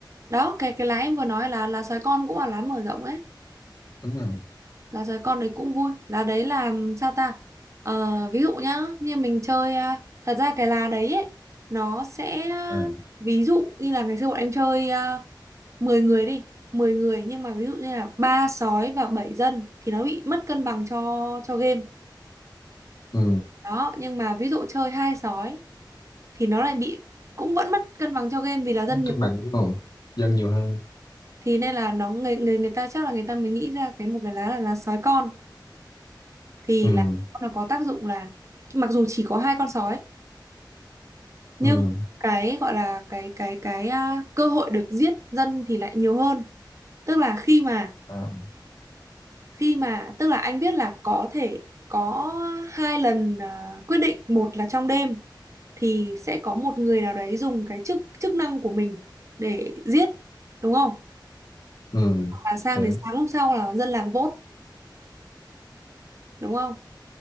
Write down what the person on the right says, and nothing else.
đó cái cái lá em vừa nói là lá sói con cũng là lá mở rộng ấy
là giới con đấy cũng vui là đấy là sao ta Ờ, ví dụ nhá như mình chơi à, thật ra cái lá đấy ấy, nó sẽ à,
ví dụ như là ngày xưa bọn em chơi à, 10 người đi mười người nhưng mà ví dụ như là ba sói và 7 dân thì nó bị mất cân bằng cho cho game
đó nhưng mà ví dụ chơi hai sói thì nó lại bị cũng vẫn mất cân bằng cho game vì là dân nhiều
hơn
thì nên là nó người người người ta chắc là người ta mới nghĩ ra cái một cái lá là lá sói con thì
là nó có tác dụng là mặc dù chỉ có hai con sói nhưng
cái gọi là cái cái cái à, cơ hội được giết dân thì lại nhiều hơn tức là khi mà
khi mà tức là anh biết là có thể có hai lần à, quyết định một là trong đêm thì sẽ có một người nào đấy dùng cái chức chức năng của mình để giết đúng không
và sang
đến sáng hôm sau là dân làng vote đúng không